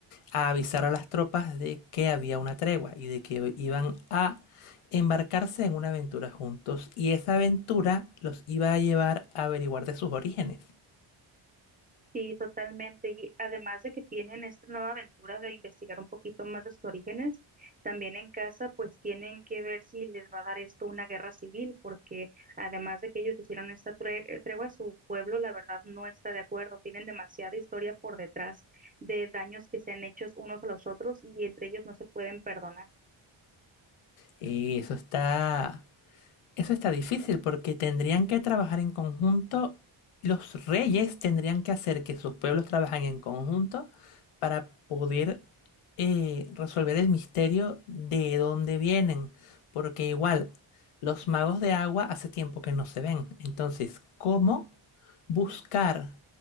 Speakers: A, on the left; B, on the right.
A: a avisar a las tropas de que había una tregua y de que iban a embarcarse en una aventura juntos y esa aventura los iba a llevar a averiguar de sus orígenes.
B: Sí, totalmente. Y además de que tienen esta nueva aventura de investigar un poquito más de sus orígenes, también en casa pues tienen que ver si les va a dar esto una guerra civil, porque además de que ellos hicieron esta tre- eh, tregua, su pueblo la verdad no está de acuerdo. Tienen demasiada historia por detrás de daños que se han hecho unos a los otros y entre ellos no se pueden perdonar.
A: Y eso está, eso está difícil porque tendrían que trabajar en conjunto, los reyes tendrían que hacer que sus pueblos trabajen en conjunto para poder eh, resolver el misterio de dónde vienen, porque igual los magos de agua hace tiempo que no se ven. Entonces, ¿cómo buscar